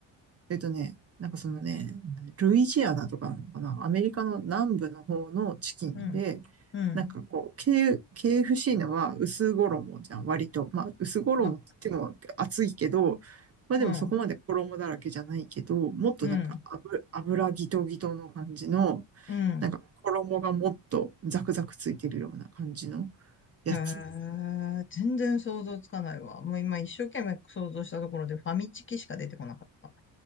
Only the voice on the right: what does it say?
えっとね、なんかそのね、ルイジアナとかなのかな、アメリカの南部の方のチキンで、
なんかこう、K、ケーエフ f c のは薄衣じゃん、割と。まあ、薄衣って言っても厚いけど、
まあでもそこまで衣だらけじゃないけど、
もっとなんか油、
油ギトギトの感じの、
なんか衣がもっとザクザクついてるような感じのやつ。